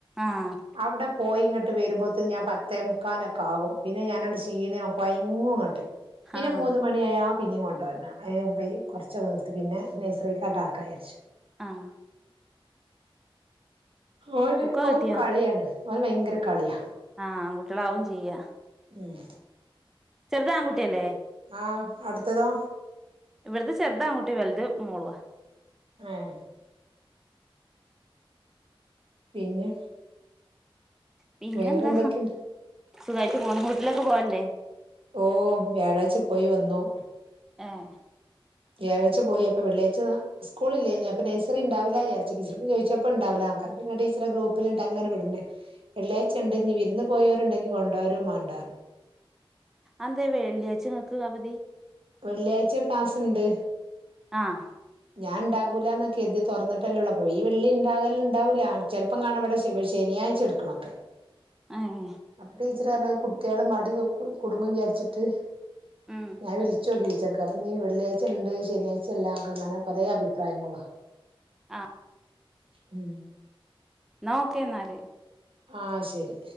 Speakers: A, in the centre; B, on the right.
A: ആഹ്
B: അവിടെ ഇപ്പ ഇങ്ങട്ട് വരുമ്പോെത്തെ ഞാൻ പത്തേ മുക്കാലൊക്കെ ആകും പിന്നെ ഞാനങ്ങട് ഷീണയാവും കൊയങ്ങുങ്ങാട്ട് പിന്നെ
A: ആഹ്
B: മൂന്ന് മണിയായ പിന്നെയും കൊണ്ടുവരണം അതിന് മുമ്പെ കൊറച്ച്- ചു <unintelligible> വ നിർത്തി പിന്നെ നഴ്സറിലോട്ട് ആക്കാന്ന് വിചാരിച്ചു
A: ആഹ്
B: ഓന്
A: ബുക്കൊക്കെ
B: ഓന്
A: കിട്ടിയോ
B: കളിയാണ് ഓന് ഭയങ്കര കളിയാ
A: ആഹ് ആൺ കുട്ടികളാവും ചെയ്യ്യ
B: ഉം
A: ചെറുത് ആൺകുട്ടിയല്ലേ
B: ആഹ് അവിടുത്തതോ
A: ഇവിടത്തെ ചെറുത് ആൺകുട്ടി വലുത് മോളുവാ.
B: ആഹ് പിന്നെ
A: പിന്നെ
B: വേറെന്തൊക്കെണ്ട്
A: എന്താ സുഖായിട്ട് പോണു വീട്ടിലൊക്കെ പോവാറില്ലേ
B: ഓഹ് വ്യാഴാഴ്ച്ച പോയി വന്നു
A: ആഹ്
B: വ്യാഴ്ച പോയി അപ്പ വെള്ളിയഴ്ച- സ്കൂളില്ലേ ഇനി അപ്പ നഴ്റി ഉണ്ടാവില്ല വിചരിച്ച് ടീച്ചക്ക്‌ ചോദിച്ചപ്പ ഉണ്ടാവില്ല ആ പിന്നെ ടീച്ചറെ ഗ്രൂപ്പിലുണ്ട് അങ്ങനെ വിടണേ വെള്ളിയഴച ഉണ്ട് ഇനി വിരുന്ന് പോയവരുണ്ടെങ്കിൽ കൊണ്ടോ വരോ വേണ്ട
A: അത് എന്തേ വെള്ളിയാഴ്ച നിങ്ങക്ക് അവധി
B: വെള്ളിയാഴ്ച ക്ലാസ് ഇണ്ട്
A: ആഹ്
B: ഞാൻ ഉണ്ടാകൂലാന്നൊക്കെ എത് തുറന്നിട്ടല്ലേള്ളൂ അപ്പൊ ഈ വെള്ളി ഉണ്ടാകല് ഉണ്ടാവൂല്ല ചെല - അപ്പം കാണാം അവിടെ ശനിയാഴ്ച്ചെടുക്കണൊക്കെ
A: ആഹ്
B: അപ്പൊ ടീച്ചർ പറഞ്ഞ് കുട്ടികള് മടി കുടുങ്ങും വിചാരിച്ചിട്ട്.
A: ഉം
B: ഞാൻ വിളിച്ച് നോക്കി ടീച്ചർ - ഇനി വെള്ളിയാഴ്ച ഉണ്ട് ശനിയാഴ്ചയില്ലാ അങ്ങനെ പല അഭിപ്രായങ്ങള-
A: ആഹ്
B: ഉം
A: എന്നാ ഓകെ എന്നാല്
B: ആഹ് ശരി